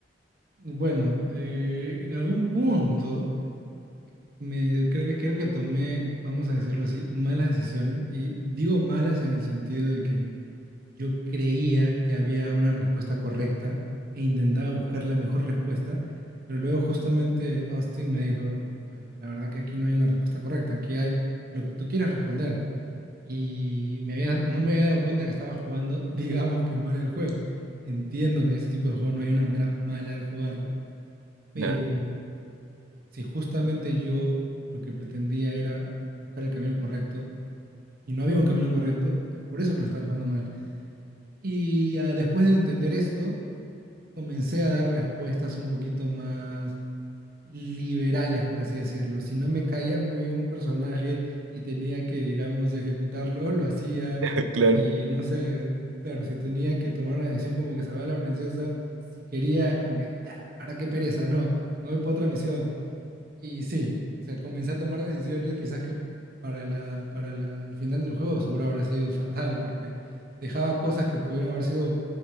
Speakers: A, on the right; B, on the right.
A: bueno, eh, en algún punto, me, creo que, creo que tomé, vamos a decirlo así, malas decisiones, y digo malas en el sentido de que Yo creía que había una respuesta correcta e intentaba buscar la mejor respuesta, pero luego justamente Austin me dijo, "Oye, la verdad que aquí no hay una respuesta correcta, aquí hay lo que tú quieras responder. Y me había, no me había dado cuenta que estaba jugando, <laughs> digamos que mal el juego. Entiendo que en este tipo de juego no hay una manera mala de jugarlo, pero
B: Ya.
A: si justamente yo lo que pretendía era buscar el camino correcto y no había un camino correcto, es por eso que lo estaba jugando mal. Y ah, después de entender esto, comencé a dar respuestas un poquito más liberales, por así decirlo. Si no me caía muy bien un personaje y tenía que, digamos, ejecutarlo, lo hacía.
B: <laughs> Claro,
A: Si, no sé, claro, si tenía que tomar una decisión como que salvar a la princesa, si quería, es como que, "Ah, la verdad que pereza, no, me voy para otra misión. Y sí, se comencé a tomar decisiones quizás que para la, para la- el final del juego seguro habrá sido fatal, porque dejaba cosas que pudieron haber sido